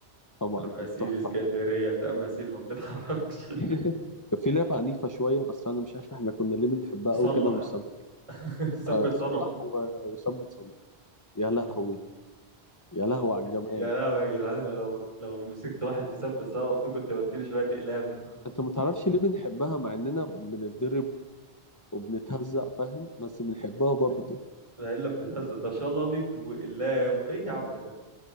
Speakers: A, on the left (about 20°); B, on the right (about 30°).
A: طبعا
B: تماثيل
A: كانت تحفة
B: اسكندريه تماثيل ما بتتحركش
A: <laughs> كان في لعبة عنيفة شوية بس أنا مش عارف احنا كنا ليه بنحبها
B: <laughs>
A: أوي
B: صلح
A: كده ومستمتعين
B: <laughs> ثبت
A: أه صلح
B: صنم
A: و... وثبت صنع يا لهوي يا لهوي على الجمال
B: يا لهوي يا جدعان انا لو لو مسكت واحد في ثبت صنم دي كنت بديله شويه اقلام
A: انت ما تعرفش ليه بنحبها مع اننا بنتدرب وبنتهزق فاهم بس بنحبها برضه
B: ده الا بتتهزق ده شلاليت واقلام ايه يا عم ده